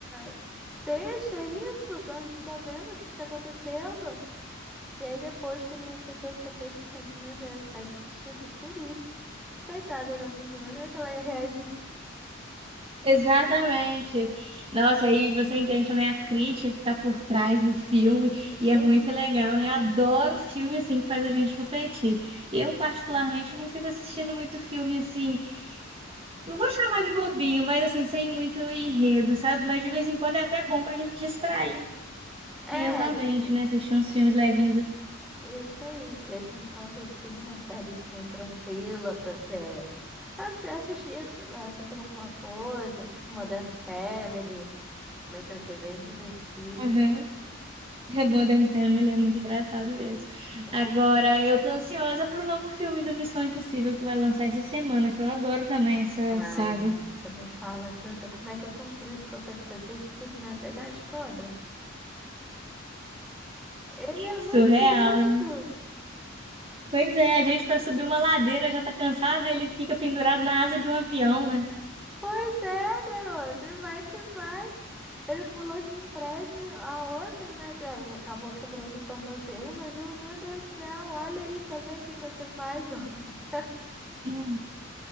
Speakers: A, in the centre; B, on the right.
A: é, deixa isso, tá, não tá vendo o que que tá acontecendo? E aí depois, quando você vê o contexto, pensa, meu Deus, faz sentido, por isso. Coitada da menina, como é que ela ia reagir?
B: Exatamente. Nossa, aí você entende também a crítica que tá por trás do filme,
A: Isso
B: e é
A: aí.
B: muito legal, né? Eu adoro filme assim que faz a gente refletir. Eu, particularmente, não fico assistindo muito filme assim Não vou chamar de bobinho, mas assim, sem muito enredo, sabe? Mas de vez em quando é até bom pra gente distrair
A: É,
B: mesmo a
A: de
B: mente,
A: ve-
B: né? Assistir uns filmes levinhos.
A: isso aí, de vez em quando, assim, uma sériezinha tranquila pra você fazer, assistir isso, vai fazendo alguma coisa, tipo Modern Family, também que eu achei bem divertida.
B: Aham. É bom, Modern Family é muito engraçado mesmo.
A: Não,
B: Agora, eu tô ansiosa pro novo filme do Missão Impossível que vai lançar essa semana, que eu adoro também essa
A: Ai,
B: saga.
A: nossa, nem fala, garota, como é que o Tom Cruise consegue fazer isso tudo nessa idade toda? Ele é
B: Surreal,
A: muito sinistro!
B: né? Pois é, a gente para subir uma ladeira já tá cansada, ele fica pendurado na asa de um avião, né?
A: Pois é, garota, e vai que vai. Ele pulou de um prédio a outro, né? que Acabou quebrando o tornozelo, mas eu, meu Deus do céu, olha aí também o que que você faz, <laughs> homem.
B: Hum.